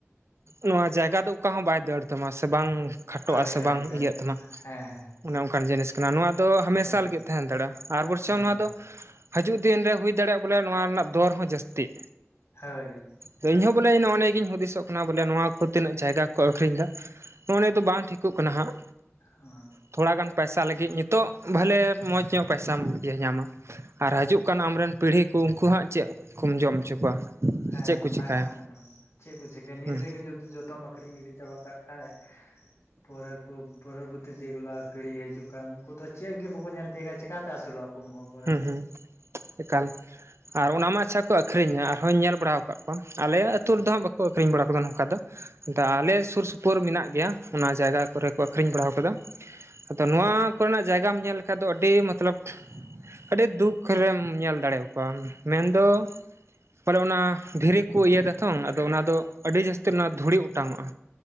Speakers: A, on the right (about 70°); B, on the left (about 85°).
A: ᱱᱚᱣᱟ ᱡᱟᱭᱜᱟ ᱫᱚ ᱚᱠᱟ ᱦᱚᱸ ᱵᱟᱭ ᱫᱟᱹᱲ ᱛᱟᱢᱟ ᱥᱮ ᱵᱟᱝ ᱠᱷᱟᱴᱚᱜᱼᱟ
B: ᱦᱳᱭ
A: ᱥᱮ
B: ᱦᱳᱭ
A: ᱵᱟᱝ ᱤᱭᱟᱹᱜ ᱛᱟᱢᱟ
B: ᱦᱮᱸ ᱦᱮᱸ
A: ᱚᱱᱮ ᱚᱱᱠᱟᱱ ᱡᱤᱱᱤᱥ ᱠᱟᱱᱟ ᱱᱚᱣᱟ ᱫᱚ ᱦᱟᱢᱮᱥᱟ
B: ᱦᱳᱭ
A: ᱞᱟᱹᱜᱤᱫ ᱛᱟᱦᱮ ᱫᱟᱲᱮᱜᱼᱟ, ᱟᱨ ᱵᱚᱨᱪᱚᱝ
B: ᱦᱳᱭ
A: ᱱᱚᱣᱟ ᱫᱚ ᱦᱟᱹᱡᱩᱜ ᱫᱤᱱ ᱨᱮ ᱦᱩᱭ ᱫᱟᱲᱮᱜᱼᱟ ᱵᱚᱞᱮ ᱱᱚᱣᱟ ᱨᱮᱱᱟᱜ ᱫᱚᱨ ᱦᱚᱸ ᱡᱟᱹᱥᱛᱤᱜ᱾
B: ᱦᱟᱹᱭ
A: ᱫᱚ ᱤᱧ ᱦᱚᱸ ᱵᱚᱞᱮ ᱱᱚᱜᱼᱱᱤᱭᱟᱹ ᱜᱤᱧ ᱦᱩᱫᱤᱥᱚᱜ ᱠᱟᱱᱟ ᱵᱚᱞᱮ ᱱᱚᱣᱟ ᱠᱚ ᱛᱤᱱᱟᱹᱜ ᱡᱟᱭᱜᱟ ᱠᱚ ᱟᱠᱷᱨᱤᱧᱫᱟ᱾ ᱱᱚᱜᱼᱚ ᱱᱤᱭᱟᱹ ᱫᱚ ᱵᱟᱝ ᱴᱷᱤᱠᱚᱜ ᱠᱟᱱᱟ ᱦᱟᱸᱜ᱾
B: ᱦᱚᱸ
A: ᱛᱷᱚᱲᱟ ᱜᱟᱱ ᱯᱚᱭᱥᱟ ᱞᱟᱹᱜᱤᱜ ᱱᱤᱛᱚᱜ ᱵᱷᱟᱞᱮ ᱢᱚᱸᱡᱽ ᱧᱚᱜ ᱯᱚᱭᱥᱟᱢ ᱤᱭᱟᱹ ᱧᱟᱢᱟ᱾ ᱟᱨ ᱦᱟᱹᱡᱩᱜ ᱠᱟᱱ ᱟᱢ ᱨᱮᱱ ᱯᱤᱲᱦᱤ ᱠᱚ ᱩᱝᱠᱩ ᱦᱟᱸᱜ ᱪᱮᱜ ᱠᱚᱢ ᱡᱚᱢ ᱦᱚᱪᱚ ᱠᱚᱣᱟ?
B: ᱦᱮᱸ
A: ᱥᱮ ᱪᱮᱫ ᱠᱚ
B: ᱚᱱᱟ
A: ᱪᱤᱠᱟᱹᱭᱟ
B: ᱠᱟᱱᱟ ᱠᱟᱛᱷᱟ ᱫᱚ ᱪᱮᱜ ᱠᱚ ᱪᱤᱠᱟᱹᱭᱟ ᱱᱤᱛ
A: ᱦᱩᱸ
B: ᱨᱮᱜᱮ ᱡᱚᱫᱤ ᱡᱚᱛᱚᱢ ᱟᱠᱷᱨᱤᱧ ᱜᱤᱰᱤ ᱪᱟᱵᱟ ᱠᱟᱜ ᱠᱷᱟᱡ᱾ ᱯᱚᱨᱮᱨ ᱠᱚ ᱯᱚᱨᱚᱵᱚᱨᱛᱤ ᱡᱮᱜᱩᱞᱟ ᱯᱤᱲᱦᱤ ᱦᱤᱡᱩᱜ ᱠᱟᱱ ᱩᱝᱠᱩ ᱫᱚ ᱪᱮᱜ ᱜᱮ ᱵᱟᱠᱚ ᱧᱮᱞ ᱛᱤᱭᱟᱹᱜᱟ ᱪᱮᱠᱟᱛᱮ ᱟᱹᱥᱩᱞᱚᱜᱼᱟ ᱩᱝᱠᱩ ᱦᱚᱸ ᱯᱚᱨᱮᱛᱮ
A: ᱦᱮᱸ ᱦᱮᱸ ᱮᱠᱟᱞ ᱟᱨ ᱚᱱᱟ ᱢᱟ ᱟᱪᱪᱷᱟ ᱠᱚ ᱟᱹᱠᱷᱨᱤᱧᱟ ᱟᱨᱦᱚᱧ ᱧᱮᱞ ᱵᱟᱲᱟᱣ ᱠᱟᱜ ᱠᱚᱣᱟ ᱟᱞᱮᱭᱟᱜ ᱟᱹᱛᱩ ᱨᱮᱫᱚ ᱦᱟᱸᱜ ᱵᱟᱠᱚ ᱟᱹᱠᱷᱨᱤᱧ ᱵᱟᱲᱟᱣ ᱠᱟᱫᱟ ᱱᱚᱝᱠᱟ ᱫᱚ᱾ ᱫᱟ ᱟᱞᱮ ᱥᱩᱨ ᱥᱩᱯᱩᱨ ᱢᱮᱱᱟᱜ ᱜᱮᱭᱟ ᱚᱱᱟ ᱡᱟᱭᱜᱟ ᱠᱚᱨᱮ ᱠᱚ ᱟᱹᱠᱷᱨᱤᱧ ᱵᱟᱲᱟᱣ ᱠᱟᱫᱟ᱾ ᱟᱫᱚ
B: ᱦᱮᱸ
A: ᱱᱚᱣᱟ ᱠᱚᱨᱮᱱᱟᱜ ᱡᱟᱭᱜᱟᱢ ᱧᱮᱞ ᱞᱮᱠᱷᱟᱡ ᱫᱚ ᱟᱹᱰᱤ ᱢᱟᱛᱞᱟᱵ ᱟᱹᱰᱤ ᱫᱩᱠ ᱨᱮᱢ ᱧᱮᱞ ᱫᱟᱲᱮᱣ ᱠᱚᱣᱟᱢ ᱢᱮᱱᱫᱚ ᱵᱚᱞᱮ ᱚᱱᱟ ᱫᱷᱤᱨᱤ ᱠᱚ ᱤᱭᱟᱹ ᱫᱟᱛᱚ ᱟᱫᱚ ᱚᱱᱟ ᱫᱚ ᱟᱹᱰᱤ ᱡᱟᱹᱥᱛᱤ ᱚᱱᱟ ᱫᱷᱩᱲᱤ ᱚᱴᱟᱝᱚᱜᱼᱟ᱾